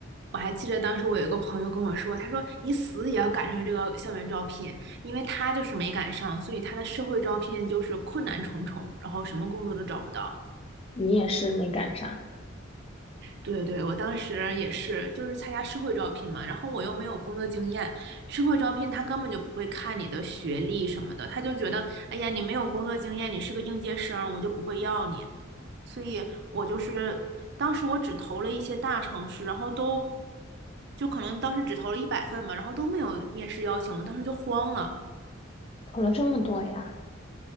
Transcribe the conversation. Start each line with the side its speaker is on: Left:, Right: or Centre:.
Right: 我还记得当时我有一个朋友跟我说，他说你死也要赶上这个校园招聘，因为他就是没赶上，所以他的社会招聘就是困难重重，然后什么工作都找不到。
Left: 你也是没赶上，
Right: 对对，我当时也是，就是参加社会招聘嘛，然后我又没有工作经验，社会招聘他根本就不会看你的学历什么的，他就觉得，哎呀，你没有工作经验，你是个应届生，我就不会要你。所以我就是当时我只投了一些大城市，然后都就可能当时只投了一百份嘛，然后都没有面试邀请，我当时就慌了，
Left: 投了这么多呀？